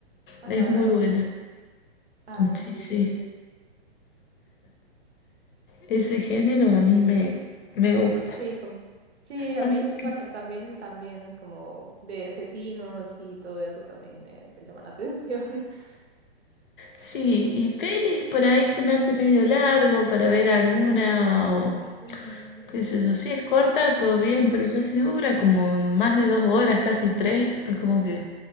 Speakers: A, on the right; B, on the left.
A: Ajá.
B: Es muy buena.
A: Ay,
B: Sí,
A: sí,
B: sí.
A: sí.
B: Ese género a mí me, me gusta.
A: Sí, como... Sí, a
B: Así
A: mí,
B: que
A: bueno, también, también como de asesinos y todo eso también me, me llama la atención. <laughs>
B: sí, y pelis por ahí se me hace medio largo para ver alguna o
A: Ujú,
B: qué
A: ujú,
B: sé yo. Si es corta, todo bien, pero ya si dura como más de dos horas, casi tres, como que